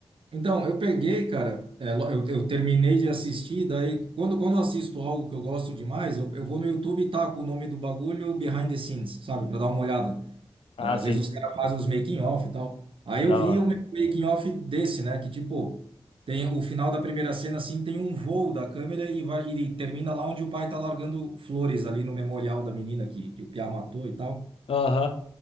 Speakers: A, on the right; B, on the left.
A: Então, eu peguei, cara. é, lo- eu, eu terminei de assistir. Daí, quando, quando eu assisto algo que eu gosto demais, eu, eu vou no YouTube e taco o nome do bagulho behind the scenes, sabe? Pra dar uma olhada.
B: Ah,
A: Ah, Às
B: sim,
A: vezes os caras fazem uns making-off e tal. Aí
B: da
A: eu vi
B: hora.
A: o making-off desse, né? Que tipo, tem o final da primeira cena, assim, tem um voo da câmera e vai e termina lá onde o pai tá largando flores ali no memorial da menina que, que o Piá matou e tal.
B: Aham,